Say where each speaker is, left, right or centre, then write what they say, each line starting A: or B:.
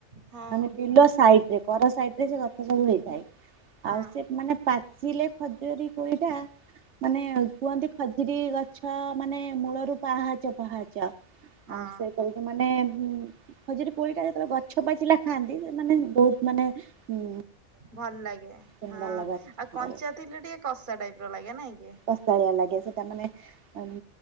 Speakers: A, on the right (about 45°); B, on the right (about 75°).
A: ହଁ
B: ମାନେ ବିଲ ସାଇଡରେ ପର ସାଇଡ ରେ ସେ ଗଛ ସବୁ ହେଇଥାଏ
A: ହଁ
B: ଆଉ ସେ ମାନେ ପା ଚିଲେ ଖଜୁରୀ କୋଳିଟା ମାନେ କୁହନ୍ତି ଖଜୁରୀ ଗଛ ମାନେ ମୂଳରୁ ପାହାଚ ପାହାଚ
A: ହଁ
B: ଆଉ ସେ କରିକି ମାନେ ଖଜୁରୀ କୋଳିଟା ଯେତେବେଳେ ଗଛ ପାଚିଲା ଖାଆନ୍ତି ସେ ମାନେ ବହୁତ ମାନେ ଉଁ
A: ଭଲ ଲାଗେ
B: ସୁନ୍ଦର
A: ହଁ
B: ଲାଗେ
A: ଆଉ କଞ୍ଚା
B: ଭଲ
A: ଥିଲେ ଟିକେ କଷା ଟାଇପ ର ଲାଗେ ନାଇଁ କି?
B: କଶାଳୀଆ ଲାଗେ ସେଟା ମାନେ ଏମ୍